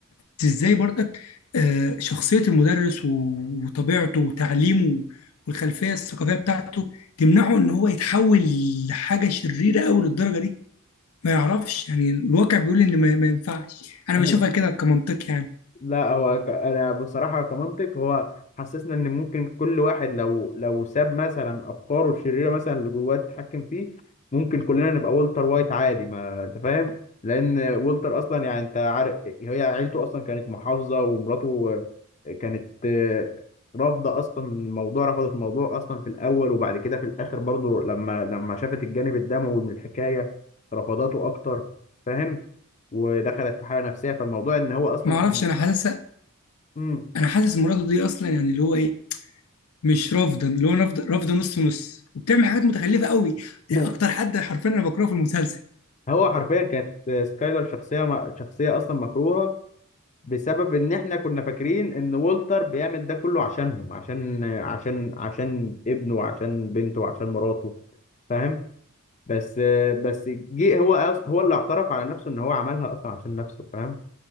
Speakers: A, on the left; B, on the left.
A: بس ازاي برضك آه، شخصيه المدرس و- وطبيعته وتعليمه والخلفيه الثقافيه بتاعته تمنعه ان هو يتحول لحاجه شريره قوي للدرجه دي ما يعرفش يعني الواقع بيقول ان ما, ما ينفعش انا
B: <laughs>
A: بشوفها كده كمنطق يعني
B: لا هو ك... انا بصراحه كمنطق هو حسسنا ان ممكن كل واحد لو لو ساب مثلا افكاره الشريره مثلا اللي جواه تتحكم فيه ممكن كلنا نبقى والتر وايت عادي ما انت فاهم لان والتر اصلا يعني انت عارف هي عيلته اصلا كانت محافظه ومراته كانت آه، رافضه اصلا الموضوع رفضت الموضوع اصلا في الاول وبعد كده في الاخر برضه لما لما شافت الجانب الدموي من الحكايه رفضته اكتر فاهم ودخلت في حاله نفسيه فالموضوع ان هو اصلا
A: ما اعرفش
B: كان
A: انا حاسس
B: مم.
A: انا حاسس مراته دي اصلا يعني اللي هو ايه مش رافضا اللي هو رافضه رافضه نص نص وبتعمل حاجات متخلفه قوي دي
B: <laughs>
A: اكتر حد حرفيا انا بكرهه في المسلسل
B: هو حرفيا كانت سكايلر شخصية م- شخصية أصلا مكروهة بسبب إن إحنا كنا فاكرين إن والتر بيعمل ده كله عشانهم عشان عشان عشان ابنه وعشان بنته وعشان مراته فاهم بس بس جه هو أص- هو اللي اعترف على نفسه إن هو عملها أصلا عشان نفسه فاهم